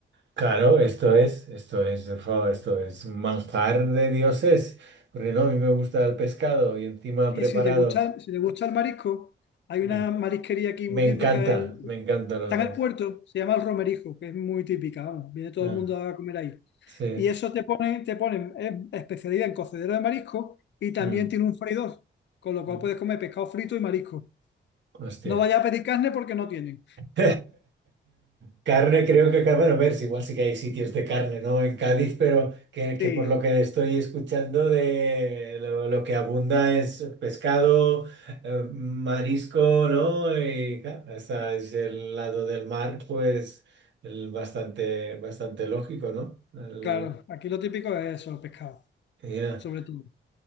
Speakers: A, on the right; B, on the left.
A: claro, esto es, esto es, fa- esto es un manjar de dioses, porque no, a mí me gusta el pescado y encima
B: Y
A: preparado.
B: si te gusta, si te gusta el marisco, hay
A: Me,
B: una
A: en-
B: marisquería aquí
A: me
B: muy típica
A: encanta,
B: en,
A: me encanta la
B: está
A: nariz.
B: en el puerto, se llama el Romerijo, que es muy típica, vamos, viene todo
A: Ah,
B: el mundo a comer ahí.
A: sí.
B: Y eso te ponen, te ponen eh, especialidad en cocedero de marisco y también
A: Mm,
B: tiene un freidor, con lo
A: mm.
B: cual puedes comer pescado frito y marisco.
A: Hostia.
B: No vayas a pedir carne porque no tienen.
A: <laughs> Carne, creo que, ca- bueno, a ver, si igual sí que hay sitios de carne, ¿no? En Cádiz, pero que, que
B: Sí,
A: por lo que estoy escuchando de lo, lo que abunda es pescado, eh, marisco, ¿no? Y claro, hasta es el lado del mar, pues el bastante, bastante lógico, ¿no? El-
B: claro, aquí lo típico es eso, pescado,
A: ya.
B: sobre todo.